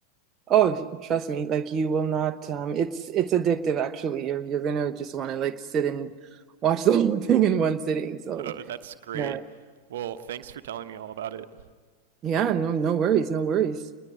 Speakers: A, on the right (about 30°); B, on the right (about 60°).
A: Oh, trust me, like you will not. Um, it's it's addictive actually. You're you're gonna just want to like sit and watch <laughs> the whole thing in one sitting. So
B: Oh, that's great.
A: yeah,
B: Well, thanks for telling me all about it.
A: yeah. No, no worries, no worries.